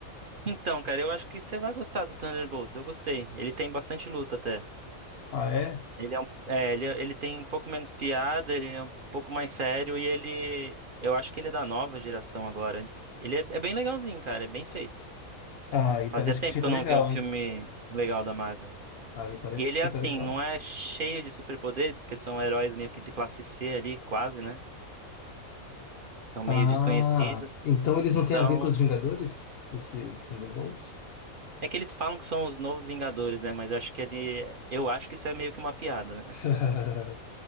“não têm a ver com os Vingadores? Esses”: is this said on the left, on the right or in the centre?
Left